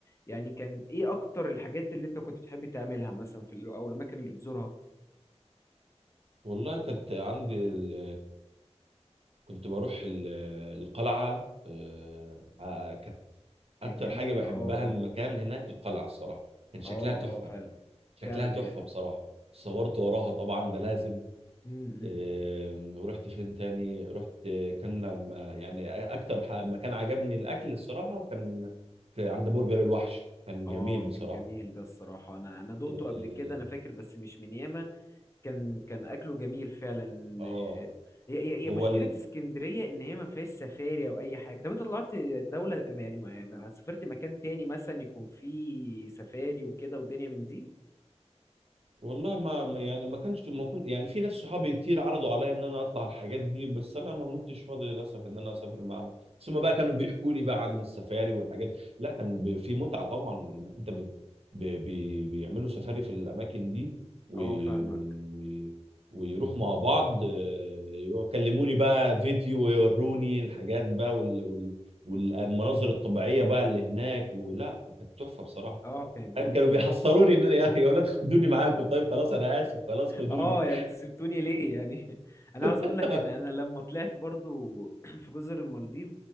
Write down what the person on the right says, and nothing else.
والله كنت عندي ال... كنت بروح ال... القلعة آه، آه، كانت
اكتر
حاجة بحبها
المكان هناك القلعة الصراحة كان شكلها
تحفة
شكلها تحفة بصراحة صورت وراها طبعا ده لازم
آم، ورحت فين تاني رحت كان لما- يعني اكتر ح- مكان عجبني الاكل الصراحه كان في عند برجر الوحش كان
جميل بصراحه
اه
آه،
هو
والله ما ما- يعني ما كانش ما كنت يعني في ناس صحابي كتير عرضوا عليا ان انا اطلع الحاجات دي بس انا ما كنتش فاضي للاسف ان انا اسافر معاهم ثم بقى كانوا بيحكوا لي بقى عن السفاري والحاجات لا كان ب- في متعة طبعا انك انت بت... ب... بي... بيعملوا سفاري في الاماكن دي و...
و...
و... ويروحوا مع بعض آه، يكلموني بقى فيديو ويوروني الحاجات بقى وال... وال... والمناظر الطبيعية بقى اللي هناك ولا كانت تحفة بصراحة
فاهم
كانوا بيحصروني ان انا يا اخي يا اولاد خدوني معاكم طيب خلاص انا اسف خلاص خدوني
<laughs>
انا